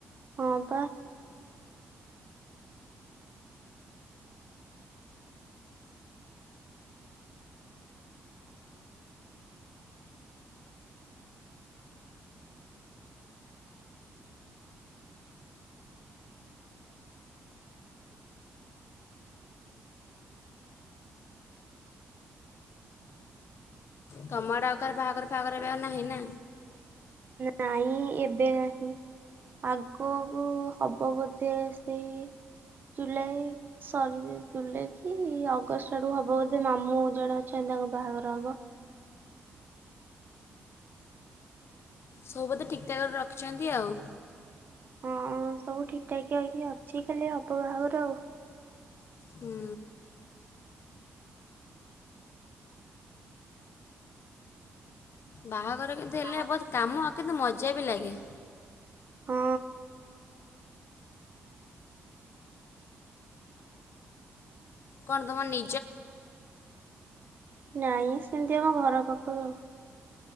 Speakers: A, on the right (about 45°); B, on the left (about 60°).
A: ହଁ ବା।
B: ତମ ଆଡେ ଆଉ କାହାର ବାହାଘର ଫାହାଘର ଏବେ ଆଉ ନାହିଁ ନା।
A: ନାଇଁ ଏବେ ନାହିଁ। ଆଗକୁ ହବ ବଧେ ସେଇ ଜୁଲାଇ‌। ସରିଲେ ଜୁଲାଇ କି ଅଗଷ୍ଟ ଆଡୁକୁ ହବ ବୋଧେ ମାମୁଁ ଜଣେ ଅଛନ୍ତି ତାଙ୍କ ବାହାଘର ହବ।
B: ସବୁ ବଧେ ଠିକଠାକ୍ କରି ରଖିଛନ୍ତି ଆଉ।
A: ହଁ ସବୁ ଠିକ ଠାକିଆ ହେଇକି ଅଛି ଖାଲି ହବ ବାହା ଘର ଆଉ।
B: ହୁଁ, ବାହା ଘର କିନ୍ତୁ ହେଲେ
A: ବାହାଘର
B: ବହୁତ କାମ କିନ୍ତୁ ମଜା ବି ଲାଗେ।
A: ହଁ।
B: କଣ ତମ ନି
A: ନାଇଁ ସେମିତି ଆମ ଘର ପାଖରୁ ଆଉ।